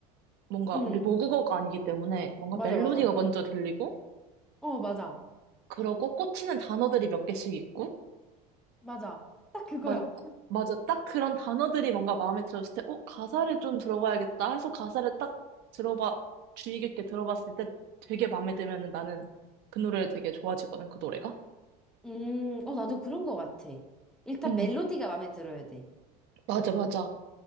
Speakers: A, on the right (about 55°); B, in the centre.
A: 뭔가
B: 응,
A: 우리 모국어가 아니기 때문에 뭔가
B: 맞아,
A: 멜로디가
B: 맞아.
A: 먼저 들리고
B: 어, 맞아.
A: 그러고 꽂히는 단어들이 몇 개씩 있고
B: 맞아. 딱 그거야.
A: 맞아, 맞아. 딱 그런 단어들이 뭔가 마음에 들었을 때, 어, 가사를 좀 들어봐야겠다 해서 가사를 딱 들어봐, 주의 깊게 들어봤을 때 되게 마음에 들면은 나는 그 노래를 되게 좋아지거든, 그 노래가.
B: 음, 어, 나도 그런 거 같아. 일단
A: 응,
B: 멜로디가 마음에 들어야 돼.
A: 맞아, 맞아.